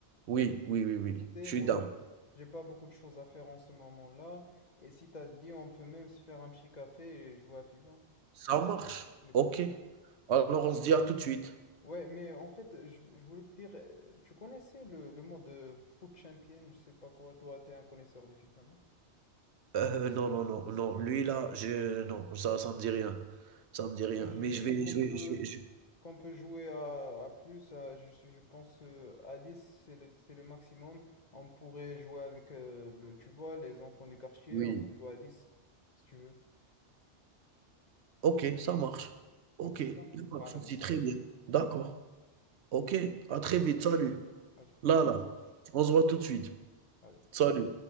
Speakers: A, on the right; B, on the left.
A: Oui, oui, oui, oui,
B: Tu sais,
A: je suis
B: moi,
A: down.
B: j- j'ai pas beaucoup de choses à faire en ce moment-là. Et si t'as dit, on peut même se faire un petit café et jouer à FIFA,
A: Ça marche,
B: les
A: OK.
B: copains.
A: Alors on se dit à tout de suite.
B: Ouais, mais en fait, je, je voulais te dire, euh, tu connaissais le, le mot de foot champion, je sais pas quoi, toi, tu es un connaisseur de FIFA, non?
A: Heu, non, non, non, non, lui là, je non, ça ça me dit rien, ça me dit rien,
B: Car j'ai
A: mais
B: vu
A: je vais
B: qu'on
A: je
B: peut,
A: vais je vais je
B: qu'on peut jouer à, à plus, à- je, je pense euh, à 10, c'est le, c'est le maximum. On pourrait jouer avec, euh, le, tu vois, les enfants du quartier,
A: oui.
B: on peut jouer à 10, si tu veux.
A: OK, ça marche. OK,
B: On fait
A: il
B: ça?
A: y a pas
B: Allez,
A: de souci, très bien. D'accord.
B: à-
A: OK, à très vite, salut.
B: à tout-
A: Là, là, on se voit tout de suite.
B: à tout.
A: Salut.